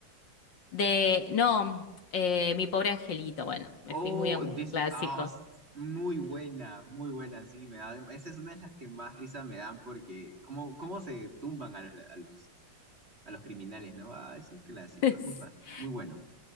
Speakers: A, on the left; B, on the right.
A: de... No, eh, Mi pobre angelito. Bueno, me
B: Oh,
A: fui muy a un
B: this,
A: clásico.
B: ah, s- muy buena, muy buena, sí, me da, esa es una de las que más risa me dan porque cómo, cómo se tumban a los, a los, a los criminales, ¿no? Ah, es un clásico,
A: <laughs>
B: es muy, bas- muy bueno.